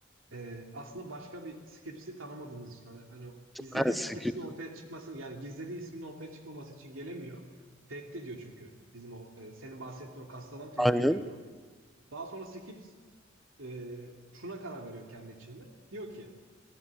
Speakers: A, on the right (about 85°); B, in the centre.
A: Ee, aslında başka bir Skips'i tanımadığımız için hani, hani gizlediği
B: evet,
A: Skips'in
B: sekiz-
A: ortaya çıkmasını yani gizlediği isminin ortaya çıkmaması için gelemiyor. Tehdit ediyor çünkü. Bizim o e, senin bahsettiğin o kaslı adam tehdit
B: Aynen.
A: ediyor onu. Daha sonra Skips e, şuna karar veriyor kendi içinde. Diyor ki